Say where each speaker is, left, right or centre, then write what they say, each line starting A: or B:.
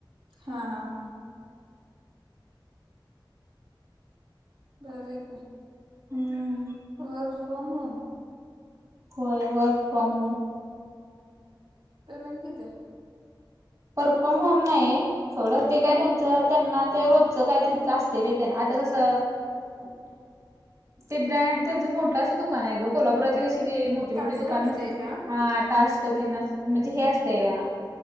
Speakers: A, on the right (about 80°); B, on the right (about 40°).
A: हां हां - बरयं की-
B: हम्म
A: वर्क फाॅर्म होम.
B: होय, वर्क फ्रॉम होम.
A: पेमेंट कितीसं?
B: वर्क फ्रॉम होम नाही सोड ते काय
A: मग
B: त्यांच- त्यांना ते रोजचं काय ते तिचं आसतय बायते आता कसं- ते ब्रँड त्यांचं मोठं असं दुकान आहे ग कोल्हापुरातची कशी- तिथे मोठे
A: टास्क
B: मोठीे दुकान
A: असते
B: नसतयं
A: का
B: हां टास्क तेन आस म्हणजे हे असतयं-